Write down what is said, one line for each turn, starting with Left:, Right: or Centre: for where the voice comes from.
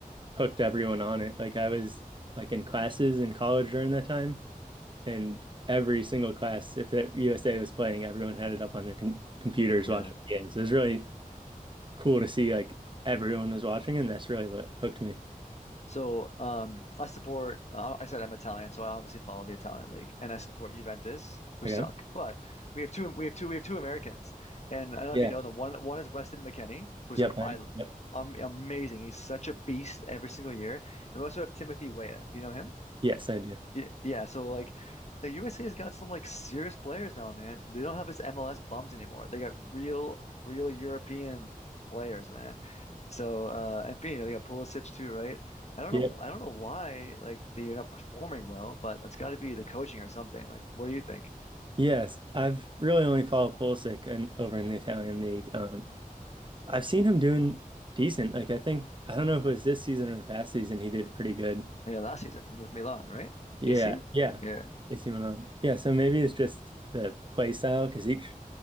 Right: hooked everyone on it. Like I was like in classes in college during that time, and every single class, if the USA was playing, everyone had it up on their com computers
Left: Yeah.
Right: watching games. It was really cool to see like everyone was watching, and that's really what hooked me.
Left: So um, I support. Uh, I said I'm Italian, so I obviously follow the Italian league, and I support Juventus, who
Right: Okay.
Left: suck. But we have two. We have two. We have two Americans, and I don't know
Right: Yeah.
Left: if you know them. One one is Weston McKennie, who's
Right: Yep.
Left: um,
Right: I,
Left: I,
Right: yep.
Left: um, amazing. He's such a beast every single year, and we also have Timothy Weah. You know him?
Right: Yes, I do.
Left: Yeah, yeah, so like the USA's got some like serious players now, man. They don't have this MLS bums anymore. They got real, real European players, man. So uh and you know, they got Pulisic too, right? I don't
Right: Yep.
Left: know I don't know why like they're not performing well, but it's gotta be the coaching or something. Like what do you think?
Right: Yes, I've really only followed Pulisic and over in the Italian league. Um, I've seen him doing decent. Like I think I don't know if it was this season or the past season he did pretty good.
Left: Yeah, last season with Milan, right?
Right: Yeah.
Left: AC?
Right: Yeah.
Left: Yeah.
Right: AC Milan. Yeah. So maybe it's just the play style because each